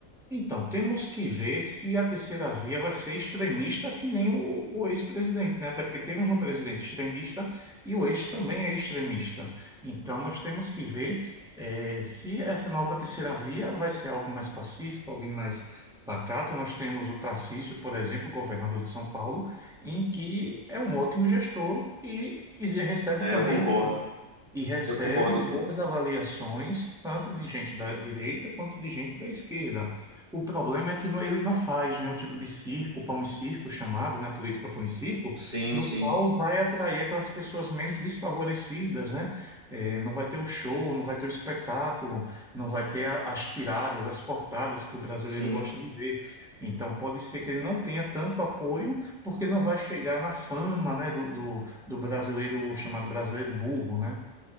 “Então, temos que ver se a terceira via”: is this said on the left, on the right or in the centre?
Centre